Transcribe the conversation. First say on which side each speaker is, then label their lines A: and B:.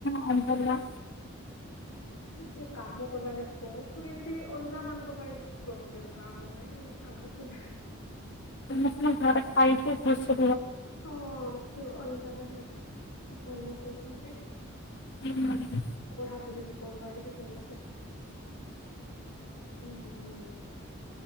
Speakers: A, on the left (about 55°); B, on the left (about 85°).
A: ହଁ ଭଲ।
B: ଯିଏ କାମ କଲା ଲୋକ ପୁଣି ଏମିତି ଅଲଗା ମାନଙ୍କ ପାଇଁ ପ୍ରୋବ୍ଲେମ ଆମ ପାଇଁ ଆମେ ସିନା
A: ଆମେ ସିନା ଘରେ ଖାଇ ପିଅ ବସ।
B: ହଁ ସେ ଅଲଗା ମାନେ ଭଲ ସେ ଅଛନ୍ତି।
A: ହୁଁ ହୁଁ।
B: ପଢ଼ାପଢ଼ି ବି କରିବା ଟିକେ ଭଲସେ। ହୁଁ ହୁଁ ହୁଁ।